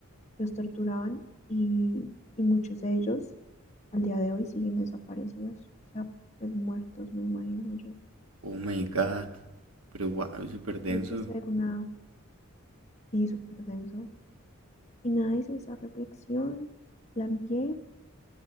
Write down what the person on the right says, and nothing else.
oh my god, pero wow, súper denso.